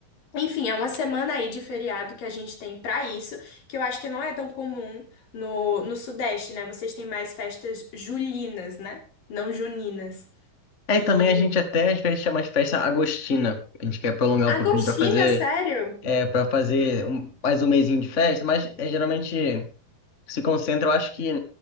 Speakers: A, on the left; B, on the left.
A: Enfim, é uma semana aí de feriado que a gente tem pra isso, que eu acho que não é tão comum no, no Sudeste, né? Vocês têm mais festas julinas, né? Não juninas.
B: É, e
A: E
B: também a gente até às vezes chama de festa agostina. A gente quer prolongar
A: agostinas,
B: um pouquinho para fazer,
A: sério?
B: é, para fazer um- mais um mesinho de festa, mas é geralmente. se concentra, eu acho que